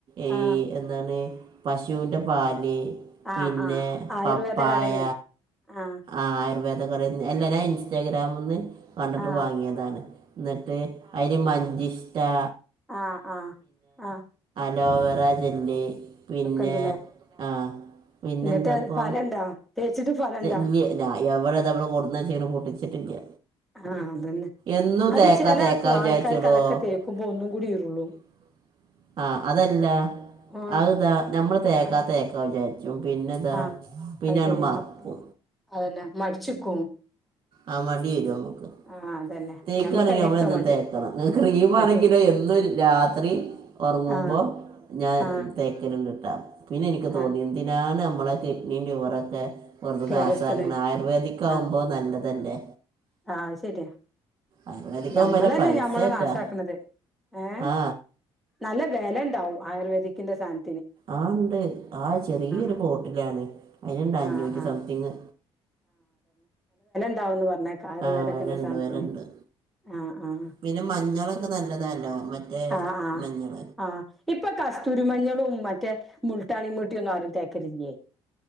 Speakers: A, on the right; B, in the centre.
A: ഏയ്
B: ആ
A: എന്താണ് പശുന്റെ പാല്
B: ആ
A: പിന്നെ
B: ആ ആയുർവേദ
A: പപ്പായ
B: കടേന്ന് ആ
A: ആയുർവേ തകടെന്നെ അല്ല ഞാൻ ഇൻസ്റ്റാഗ്രാമ്ന്ന് കണ്ടിട്ട്
B: ആ
A: വാങ്ങിയതാണ് ഇന്നിട്ട് അയ്ല് മഞ്ചിഷ് റ്റാ
B: ആഹ് ആഹ് ആഹ്
A: ഡോവരാജൻ്റെ പിന്നെ
B: ഉണ്ടല്ലേ
A: ആഹ് പിന്നെ
B: എന്നിട്ട്
A: എന്താപ്പൊ
B: അത് ഫലണ്ടോ തേച്ചിട്ട് ഫലണ്ടോ
A: ഇല്യ ഞാ എവടെ ഇതാ ഇവടെ കൊടുന്നെച്ചിക്ക്ണ് പൊട്ടിച്ചിട്ടില്യ.
B: ആ അതന്നെ
A: എന്നും
B: അത്
A: തേക്കാ
B: ചില
A: തേക്കാ
B: ആക്കു
A: വിചാരിച്ചുടോ
B: ആൾക്കാർക്ക് അതൊക്കെ
A: <unintelligible>
B: തേക്കുമ്പോ ഒന്നും കൂടി ഇരുള്ളൂ
A: ആഹ് അതല്ല
B: ആ
A: അത് ഇതാ ഞമ്മള് തേക്കാ
B: ആ
A: തേക്കാ വിചാ പിന്നെ ഇതാ
B: ആ
A: പിന്നെ
B: അത്
A: അങ്ങ്ട്
B: ശരിയാ
A: മറക്
B: മ അതന്നെ മടിച്ചിക്കും.
A: ആഹ് മടി വെരും ഇമുക്ക്
B: ആ അതന്നെ
A: തേക്കാണെങ്കി
B: ഞമ്മക്ക് അയിനൊക്കെ
A: നമ്മള് എന്നും
B: മടി
A: തേക്കണം, ക്രീം ആണെങ്കിലോ
B: അത്
A: എന്നും രാത്രി ഒറങ്ങുമ്പോ
B: ആ
A: ഞാൻ
B: ആ
A: തേക്കലിണ്ട് <unintelligible> പിന്നെ എനിക്ക് തോന്നി
B: ആ
A: എന്തിനാണ് <unintelligible> മ്മടെ കിഡ്നീം ലിവറൊക്കെ വെറുതെ
B: കേടെടുത്തണ്
A: നാസാക്കിണ് ആയുർവേദിക് ആവുമ്പോ
B: ആ
A: നല്ലതല്ലേ
B: ആഹ് അത് ശെരിയാ
A: ആയുർവേദിക്
B: ഞമ്മള്
A: ആവുമ്പോൾ
B: തന്നെ
A: പൈസ
B: ഞമ്മളെ
A: കേട്ടാ
B: നാശാക്കണത്, ഏഹ്
A: ആ
B: നല്ല വെല ഇണ്ടാവും ആയുർവേദിക് ക്കിൻ്റെ സാനം
A: ആഹ് ഇണ്ട് ആ ചെറിയൊരു
B: ആഹ്
A: ബോട്ടിലാണ് അയിൻണ്ട് അഞ്ഞൂറ്റി
B: ആഹ് ആഹ്
A: സംതിങ്
B: <unintelligible> പർഞ്ഞെ ആയുർവേദത്തിന്റെ
A: ആ വിലയുണ്ട്
B: സാധനത്തിന്
A: വിലയുണ്ട്
B: ആഹ് ആഹ്
A: പിന്നെ മഞ്ഞളൊക്കെ നല്ലതല്ല മറ്റേ
B: ആഹ് ആഹ്
A: മഞ്ഞൾ
B: ആഹ് ഇപ്പൊ കസ്തൂരിമഞ്ഞളും മ മറ്റേ മുൾട്ടാണിമൂട്ടിയൊന്നും ആരും തേകലില്ലേ